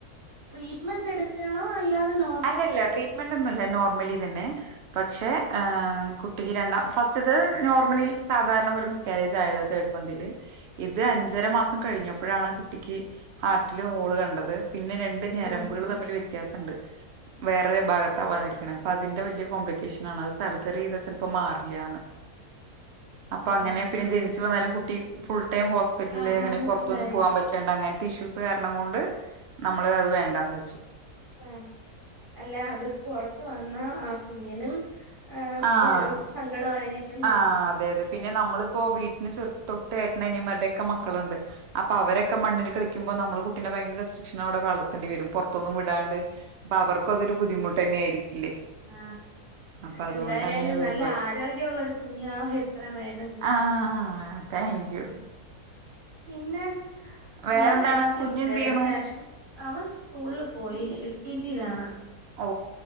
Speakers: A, on the right; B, on the right.
A: ട്രീറ്റ്മെന്റ് എടുക്കാണോ അല്ലാതെ നോ
B: അല്ല അല്ല ട്രീറ്റ്മെന്റ് ഒന്നൂല്ല നോർമലി തന്നെ പക്ഷെ ഏഹ് കുട്ടിക്ക് രണ്ടാം ഫസ്റ്റ്ത്തത് നോർമലി സാധാരണ പോലെ മിസ് കാര്യേജ് ആയതാ തേർഡ് മന്തില് ഇത് അഞ്ചര മാസം കഴിഞ്ഞപ്പോഴാണ് കുട്ടിക്ക് ഹാർട്ടില് ഹോള് കണ്ടത്. പിന്നെ രണ്ട്
A: അയ്യോ
B: ഞരമ്പുകൾ തമ്മില് വ്യത്യാസണ്ട്. വേറൊരു ഭാഗത്താ വന്നിരിക്കണെ അപ്പൊ അതിന്റെ വലിയ കോംപ്ലിക്കേഷൻ ആണ്. അത് സർജറി ചെയ്താ ചിലപ്പോ മാറില്ലന്ന്.
A: <inaudible>
B: അപ്പൊ അങ്ങനെ
A: ആഹ്
B: പിന്നെ ജനിച്ചു വന്നാലും കുട്ടി ഫുൾ ടൈം ഹോസ്പിറ്റലില്
A: ആഹ്
B: അങ്ങനെ
A: മനസ്സിലായി
B: പുറത്തൊന്നും പോകാൻ പറ്റില്ല. അങ്ങനത്തെ ഇഷ്യൂസ് കാരണം കൊണ്ട് നമ്മൾ അത് വേണ്ടാന് വെച്ചു.
A: ആഹ അല്ല അത് പുറത്ത് വന്നാ ആ കുഞ്ഞിനും. ഹ
B: ആഹ്
A: വ് സങ്കടായിരിക്കും.
B: ആഹ് അതെ അതെ പിന്നെ നമ്മളിപ്പോ വീട്ടിന് തൊട്ട്. ഏട്ടന് അനിയന്മാരുടെ യൊക്കെ മക മക്കളുണ്ട് അപ്പോ അവരൊക്കെ മണ്ണിൽ കളിക്കുമ്പോ. നമ്മള് കുട്ടിനെ ഭയങ്കര ര വളർത്തേണ്ടി വരും പുറത്തൊന്നും വിടാണ്ട് അപ്പൊ അവർക്കും അതൊരു ബുദ്ധിമുട്ട് തന്നെ ആയിരിക്കില്ലേ?
A: ആഹ
B: അപ്പൊ അതുകൊണ്ട്
A: എന്തായാലും
B: അങ്ങനെ അത്
A: നല്ല
B: ഒഴിവാക്കി
A: ആരോഗ്യമുള്ളരു കുഞ്ഞുവാവ എത്രയും വേഗം. കിട്ടും
B: ആഹ താങ്ക് യു
A: പിന്നെ
B: വേറെന്താണ്
A: ഞാൻ തയ്ക്കും.
B: കുഞ്ഞെന്ത് ചെയ്യണു
A: ഫാഷൻ അവൻ സ്കൂളിൽ പോയി എൽ കെ ജി യിലാണ്.
B: ഓ